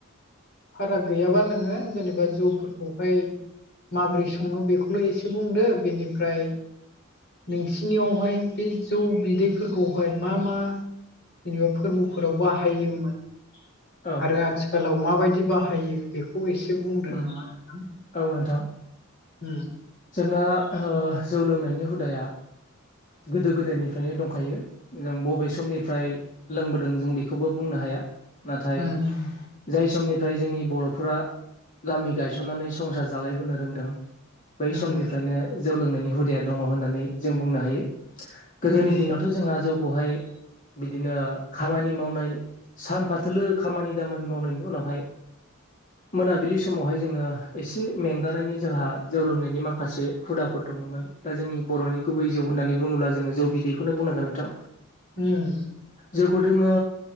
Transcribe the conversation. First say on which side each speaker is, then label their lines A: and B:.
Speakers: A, on the left (about 55°); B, on the left (about 40°).
A: फाराग गैयाबा नोङो जेनेबा जौफोरखौहाय माबोरै सङो बेखौल' एसे बुंदो बेनिफ्राय नोंसिनियावहाय बे जौ बिदैफोरखौहाय मा मा जेनेबा फोरबोफोराव बाहायोमोन
B: औ
A: आरो आथिखालाव माबायदि बाहायो बेखौ एसे बुंदो
B: उम
A: नामा नोंथां।
B: औ नोंथां
A: ओम
B: जोंना जौ लोंनायनि हुदाया गोदो गोदायनिफ्रायनो दंखायो जों बबे समनि फ्राय लोंबोदों जों बेखौबो बुंनो हाया नाथाय
A: ओ
B: जाय समनि फ्राय जोंनि बर'फोरा गामि गायसननानै संसार जालायबोनो रोंदों बै
A: उम
B: समनिफ्रायनो जौ लोंनायनि हुदाया दङ होननानै जों बुंनो हायो। गोदोनि
A: उम
B: दिनावथ' जोंहा जौखौहाय बिदिनो खामानि मावनाय सानफाथोलो खामानि दामानि मावनायनि उनावहाय मोनाबिलि समावहाय जोङो एसे मेंगानायनि जोंहा जौ लोंनायनि माखासे हुदाफोर दङमोन दा जोंनि बर'नि गुबै जौ होननानै बुङोब्ला जोङो जौ बिदैखौनो बुंनांगोन नोंथां।
A: उम
B: जौखौ दोङो